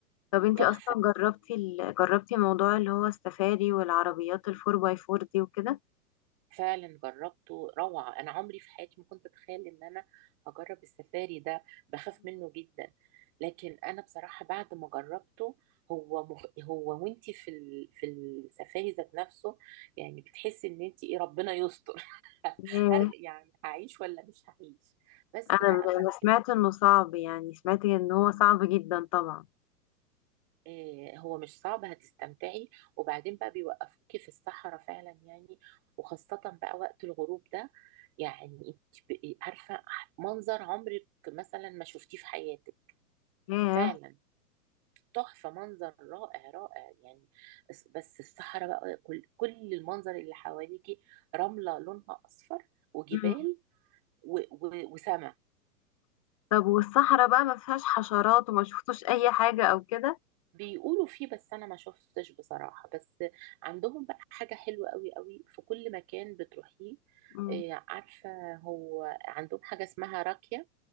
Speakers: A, on the left; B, on the right.
A: طب انتي
B: تحفه
A: اصلا جربتي ال... جربتي موضوع اللي هو السفاري والعربيات الفور باي فور دي وكده
B: فعلا جربته روعة أنا عمري في حياتي ما كنت أتخيل إن أنا هجرب السفاري ده بخاف منه جدا لكن أنا بصراحة بعد ما جربته هو مخ... هو وانتي في ال... في السفاري ذات نفسه يعني بتحسي إن انتي إيه ربنا يستر <laughs>
A: ياه
B: هر... يعني هعيش ولا مش هعيش بس
A: انا
B: بقى أما
A: انا سمعت انه صعب يعني سمعت ان هو صعب جدا طبعا
B: آه، هو مش صعب هتستمتعي وبعدين بقى بيوقفوكي في الصحراء فعلا يعني وخاصة بقى وقت الغروب ده يعني انت بقي عارفة منظر عمرك مثلا ما شفتيه في حياتك
A: ياه
B: فعلا تحفة منظر رائع رائع يعني بس بس الصحراء بقى كل كل المنظر اللي حواليكي رملة لونها أصفر وجبال
A: مم.
B: و- و- وسماء
A: طب والصحراء بقى ما فيهاش حشرات وما شفتوش اي حاجة او كده
B: بيقولوا فيه بس انا ما شفتش بصراحة بس عندهم بقى حاجة حلوة قوي قوي في كل مكان بتروحيه
A: مم.
B: آه، عارفة هو عندهم حاجة اسمها راكية